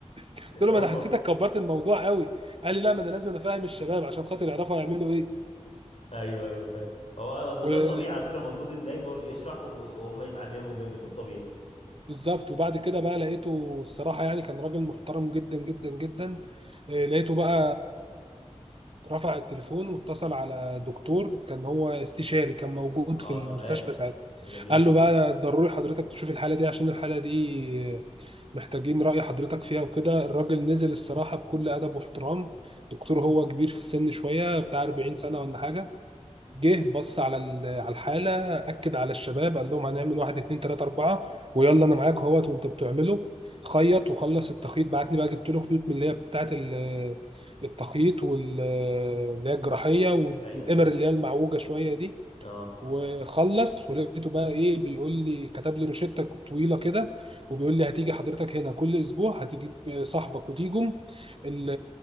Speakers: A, on the right (about 50°); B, on the left (about 60°).
A: قلت له
B: هم
A: ما انا حسيتك كبرت الموضوع قوي قال لي لا ما انا لازم افهم الشباب عشان خاطر يعرفوا هيعملوا
B: ايوه ايوه فاهم هو ده,
A: ايه
B: ده الطبيعي على فكره المفروض النايب هو اللي يشرح و- وهم يتعلموا منه ده الطبيعي
A: بالظبط وبعد كده بقى لقيته الصراحة يعني كان راجل محترم جدا جدا جدا إيه، لقيته بقى رفع التليفون واتصل على دكتور كان هو استشاري كان موجود
B: اه
A: في المستشفى
B: كمان
A: ساعتها
B: ده جميل
A: قال له بقى ضروري حضرتك تشوف الحالة دي عشان الحالة دي محتاجين رأي حضرتك فيها وكده الراجل نزل الصراحة بكل أدب واحترام دكتور هو كبير في السن شوية بتاع 40 سنة ولا حاجة جه بص على ال- على الحاله اكد على الشباب قال لهم هنعمل واحد اتنين تلاته اربعه ويلا انا معاك اهوت وانتوا بتعملوا خيط وخلص التخيط بعتني بقى جبت له خيوط من اللي هي بتاعه ال- التخييط واللي هي الجراحيه والابر
B: ايوه أيوه.
A: اللي هي المعوجه شويه دي
B: اه
A: وخلص ولقيته بقى ايه بيقول لي كتب لي روشته طويله كده وبيقول لي هتيجي حضرتك هنا كل اسبوع هتجيب صاحبك وتيجم ال-